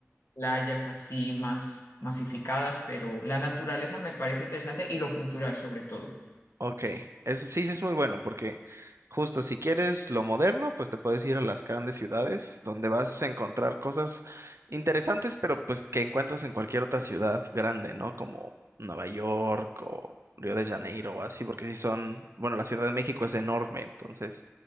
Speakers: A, on the left; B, on the right.
A: playas así más masificadas, pero la naturaleza me parece interesante y lo cultural sobre todo.
B: Ok, eso sí, sí es muy bueno porque justo si quieres lo moderno, pues te puedes ir a las grandes ciudades donde vas a encontrar cosas interesantes, pero pues que encuentras en cualquier otra ciudad grande, ¿no? Como Nueva York o Río de Janeiro o así, porque sí son, bueno, la Ciudad de México es enorme, entonces